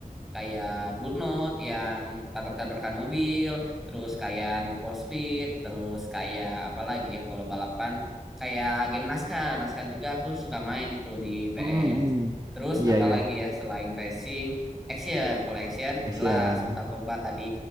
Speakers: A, in the centre; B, on the right.
A: Kayak Burnout yang tabrak-tabrakan mobil, terus kayak Need for Speed, terus kayak apa lagi ya kalau balapan. Kayak game NASCAR. NASCAR juga aku suka main itu di PS.
B: Hmm, hmm.
A: Terus
B: Iya,
A: apa
B: iya.
A: lagi ya selain racing, action. Kalau action
B: Asian.
A: jelas Mortal Kombat tadi.